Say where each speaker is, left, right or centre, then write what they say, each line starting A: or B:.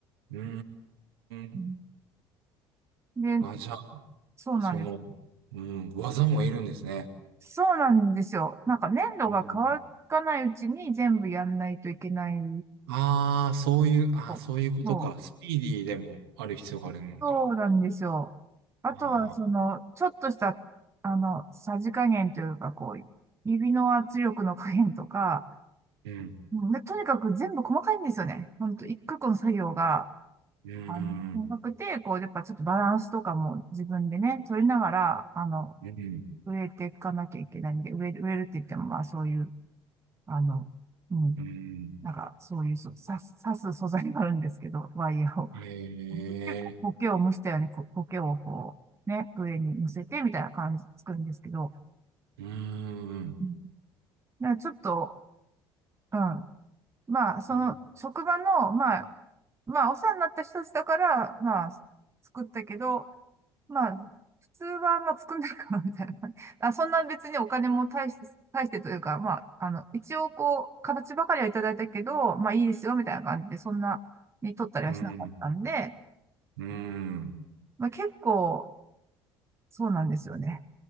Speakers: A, on the right (about 70°); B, on the right (about 20°).
A: うーん。
B: うんで、
A: あ、じゃあ
B: そうなんです。
A: その、うん、技もいるんですね。
B: そうなんですよ。なんか粘土が乾かないうちに全部やんないといけない
A: うん。ああ、そういう、ああ、
B: そうそう、
A: そういうことか。スピーディーでもある必要があるのか。
B: そうなんですよ。あとは、
A: ああ、
B: その、ちょっとした、あの、さじ加減というか、こう、指の圧力の加減とか、
A: うん、
B: うんで、とにかく全部細かいんですよね。ほんと、一個一個の作業が、
A: うん、
B: あの、細かくて、こう、やっぱちょっとバランスとかも自分でね、取りながら、あの、
A: うん、
B: 植えていかなきゃいけないんで、植える、植えるって言っても、まあ、そういう、あの、うん、
A: うん。
B: なんか、そういう、そう刺す、刺す素材があるんですけど、ワイヤーを。
A: ええ、
B: 結構苔を蒸したように、こう、苔をこう、ね、上に乗せてみたいな感じで作るんですけど、
A: うん、
B: うんだからちょっと、うん。まあ、その、
A: うん、
B: 職場の、まあ、まあ、お世話になった人たちだから、まあ、作ったけど、まあ、普通は、まあ、作んないかな、みたいな感じ。あ、そんな別にお金も大して、大してというか、まあ、あの、一応、こう、形ばかりはいただいたけど、まあ、いいですよ、みたいな感じで、そんなに取ったりはしなかったんで、
A: うん、うん。
B: まあ、結構、そうなんですよね。